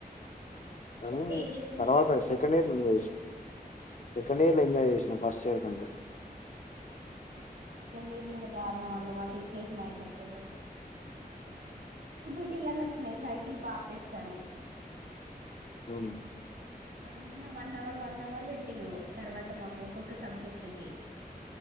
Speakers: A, on the left; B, on the right.
A: అ
B: ఇంకా ఏం చేస్తున్నారండి
A: తర్వాత
B: మరి
A: సెకండ్ ఇయర్ రి సెకండ్ ఇయర్ లో ఎంజాయ్ చేసినా ఫస్ట్ ఇయర్ కంటే
B: మీరిలింద దారుణ మండి మా సిచ్యువేషన్ అయితే అసలు సిబిటిలానే వచ్చినాయి సైకిల్ పార్ట్ టెస్ట్ అని
A: అవును
B: ఉన్న వన్ అవర్ వన్ అవర్ పెట్టిరు తర్వాత మాకు ఒక్కొక్క సబ్జెక్ట్ కి